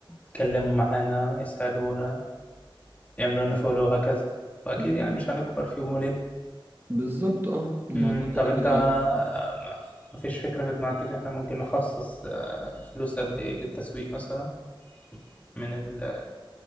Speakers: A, on the left; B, on the right.
A: يتكلموا معانا يسألونا يعملوا لنا فولو وهكذا واكيد
B: ب-
A: يعني مش هنكبر في يوم وليله
B: بالظبط اه الموضوع
A: أمم،
B: كده
A: طب انت
B: كده
A: آه،
B: هي-
A: ما ما فيش فكره في دماغك ان احنا ممكن نخصص آه، فلوس قد ايه للتسويق مثلا من ال-